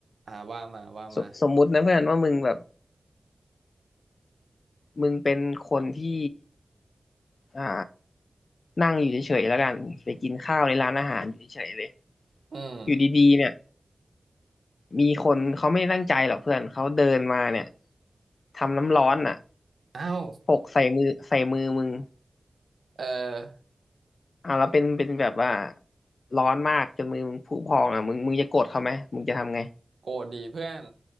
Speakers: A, on the right; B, on the left.
A: อ่าว่ามาว่ามา
B: สสมมุตินะเพื่อนว่ามึงแบบมึงเป็นคนที่อ่านั่งอยู่เฉยๆแล้วกันไปกินข้าวในร้านอาหารอยู่เฉยๆเลย
A: อืม
B: อยู่ดีๆเนี่ย มีคนเขาไม่ได้ตั้งใจหรอกเพื่อนเขาเดินมาเนี่ยทำน้ำร้อนอ่ะ
A: อ้าว
B: หกใส่มือใส่มือมึง
A: เออ
B: อ่ะแล้วเป็นเป็นแบบว่าร้อนมากจนมือมึงพุพองอ่ะมึงมึงจะโกรธเขาไหมมึงจะทำไง
A: โกรธดีเพื่อน